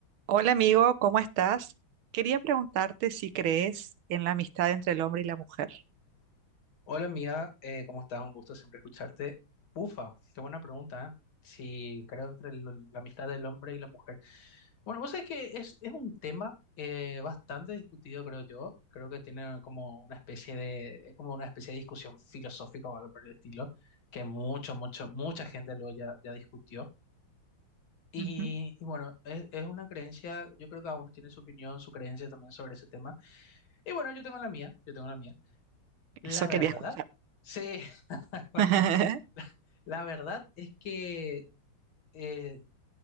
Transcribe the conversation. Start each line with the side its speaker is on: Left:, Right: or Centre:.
Right: Hola amigo, ¿cómo estás? Quería preguntarte si crees en la amistad entre el hombre y la mujer.
Left: Hola amiga, eh, ¿cómo estás? Un gusto siempre escucharte. Ufa, qué buena pregunta, ¿eh? Si creo entre el- la amistad del hombre y la mujer. Bueno, vos sabés que es, es un tema eh, bastante discutido, creo yo. Creo que tiene como una especie de, es como una especie de discusión filosófica o algo por el estilo, que mucho, mucho, mucha gente lo ya, ya discutió. Y,
Right: Ujú,
Left: y bueno, es, es una creencia, yo creo que cada uno tiene su opinión, su creencia también sobre ese tema. Y bueno, yo tengo la mía, yo tengo la mía. La
Right: Eso
Left: verdad,
Right: quería escuchar.
Left: sí, <laughs> bueno,
Right: <laughs>
Left: la, la verdad es que eh,